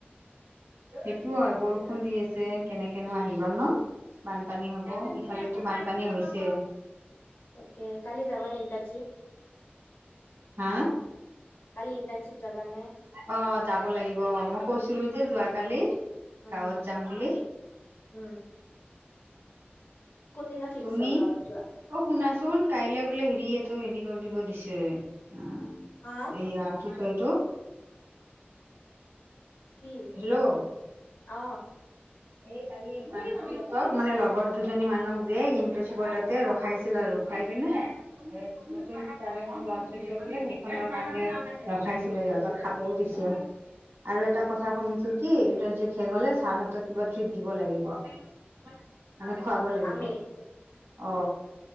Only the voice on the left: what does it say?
অ
তাকে কালি যাবা নে ইণ্টাৰ্ণশ্বিপ
কালি ইণ্টাৰনশ্বিপ যাবা নে
উম
উম কোন দিনা ফিক্স
হ'ল গাঁৱত যোৱা
যোৱা
কি
অ
অ
আমি